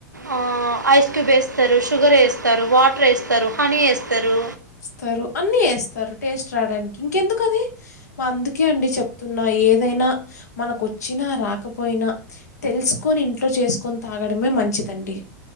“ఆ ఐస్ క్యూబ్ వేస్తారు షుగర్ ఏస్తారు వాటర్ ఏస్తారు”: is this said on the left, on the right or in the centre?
Right